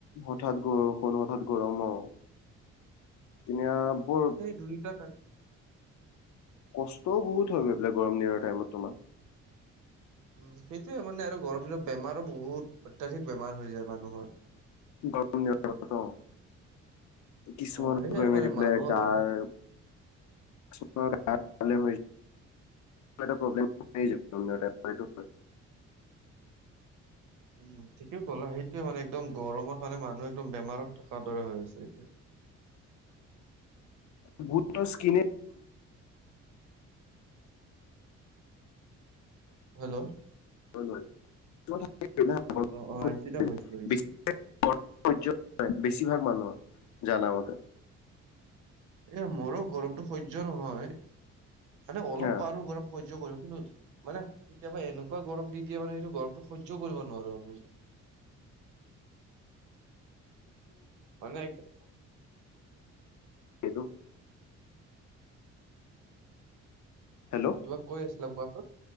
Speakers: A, on the left; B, on the right.
A: হঠাৎ বৰষুণ, হঠাৎ গৰম অ, তেনেয়া বৰ
B: দুুইটা তাত
A: কষ্টও বহুত হয় গৈ পেলাই গৰম দিনৰ টাইমত তোমাৰ।
B: উ সেইটোয়ে মানে আৰু গৰম দিনত বেমাৰো বহুত, অত্যাধিক বেমাৰ হৈ যায় মানুহৰ।
A: গৰ <unintelligible> কিছুমানৰ
B: অ সেইয়াই
A: গৈ
B: মানে
A: মেলি পেলাই
B: মানুহৰ
A: গাৰ
B: পৰা
A: াল <unintelligible> কিবা এটা প্ৰব্লেম <unintelligible>
B: উম, ঠিকেই ক'লা সেইটোয়ে মানে একদম গৰমত মানে মানুহ একদম বেমাৰত থকাৰ দৰে হৈ আছে।
A: <unintelligible>
B: হেল্লো'
A: <unintelligible> <unintelligible>
B: অ অ আহিছে এতিয়া ভইচটো আহিছে
A: বেছিভাগ মানুহ, জানা মত
B: এ মোৰো গৰমতটো সহ্য নহয়, মানে অলপ
A: হা
B: পাৰো গৰম সহ্য কৰিব কিন্তু, মানে কেতিয়াবা এনেকুৱা গৰম দি দিয়ে মানে সেইটো গৰমটো সহ্য কৰিব নোৱাৰো আমি।
A: <inaudible>
B: মানে এক
A: সেইটো <unintelligible> হেল্ল'
B: কিবা কৈ আছিলা কোৱা?